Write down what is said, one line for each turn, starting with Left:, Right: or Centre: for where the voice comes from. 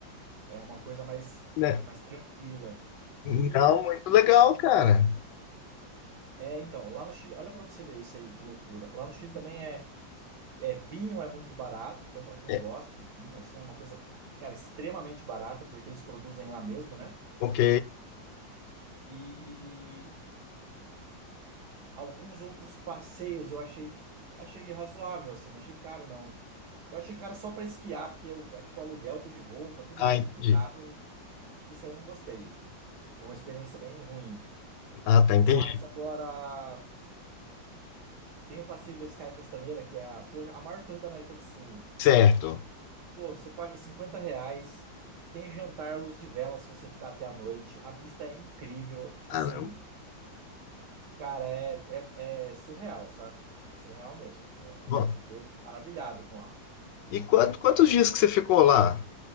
Right: é uma coisa mais,
Left: Né?
Right: mais tranquila.
Left: Não,
Right: E...
Left: muito legal, cara.
Right: É, então, lá no Chile, olha para você ver isso aí, que loucura. Lá no Chile também é É, vinho é muito barato, então para quem
Left: É,
Right: gosta de vinho, assim, é uma coisa, cara, extremamente barata, porque eles produzem lá mesmo, né?
Left: ok.
Right: E alguns outros passeios eu achei, achei razoável, assim, não achei caro, não. Eu achei caro só para esquiar, porque eu- é tipo aluguel de roupa, tudo
Left: Ah,
Right: lá é
Left: entendi.
Right: muito caro, isso aí eu não gostei. Foi uma experiência bem ruim.
Left: Ah, tá, entendi.
Right: Mas agora tem o passeio da Sky Costaneira, que é a torre, a maior torre da América do Sul.
Left: Certo.
Right: Pô, você paga 50 reais, tem jantar à luz de vela se você ficar até a noite. A vista é incrível. Tipo
Left: Caramba.
Right: assim, cara, é, é, é surreal, sabe? Surreal mesmo. É,
Left: Bom,
Right: eu fiquei maravilhado com lá.
Left: e quanto- quantos dias que você ficou lá?